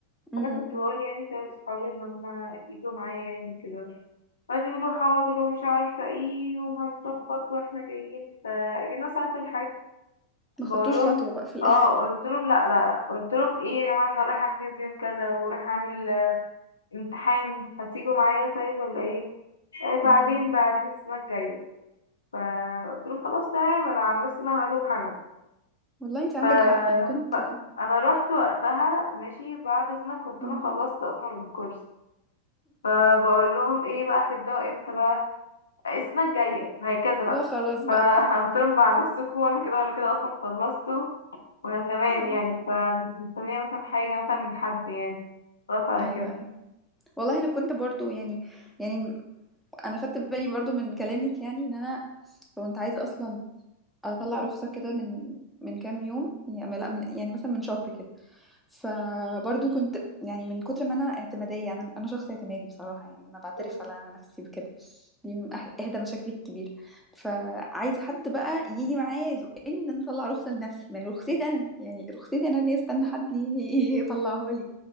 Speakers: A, in the centre; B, on the left (about 70°).
A: امم
B: انا كنت بقول يعني كده لاصحابي ان هما يجوا معايا يعني كده قعدوا يقولوا حاضر ومش عارفه ايه وهنظبط واحنا جايين فجينا ساعه الحج
A: ما
B: بقول
A: خدتوش
B: لهم
A: خطوه بقى في الاخر
B: اه قلت لهم لا لا لا قلت لهم ايه يا جماعه انا رايحه احجز يوم كذا ورايحه اعمل آه، امتحان هتيجوا معايا طيب ولا ايه ايه
A: امم
B: بعدين بعدين السنه الجايه فقلت لهم خلاص تمام انا عن نفسي انا هروح انا
A: والله انت عندك
B: ف...
A: حق انا كنت
B: ف... انا رحت وقتها ماشي بعد سنه كنت
A: مم.
B: انا خلصت اصلا الكورس فبقول لهم ايه بقى هتبداوا امتى بقى السنه الجايه وهكذا بقى
A: لا خلاص بقى
B: <laughs> فقلت لهم مع نفسكم وانا كده ولا كده اصلا خلصته وانا تمام
A: آه.
B: يعني فمش مستنيه مثلا حاجه مثلا من حد يعني خلاص على
A: ايوه
B: كده
A: ايوه والله انا كنت برضو يعني يعني انا خدت بالي برضو من كلامك يعني ان انا كنت عايزه اصلا اطلع رخصه كده من من كام يوم يعني لا من يعني مثلا من شهر كده فبرضو كنت يعني من كتر ما انا اعتماديه انا انا شخص اعتمادي بصراحه يعني انا بعترف
B: <laughs> مم.
A: على نفسي بكده دي من أح- احدى مشاكلي الكبيره فعايزه حد بقى يجي معايا يزقني ان انا اطلع رخصه لنفسي ما هي رخصتي انا يعني رخصتي انا اللي استنى حد ي- يطلعها لي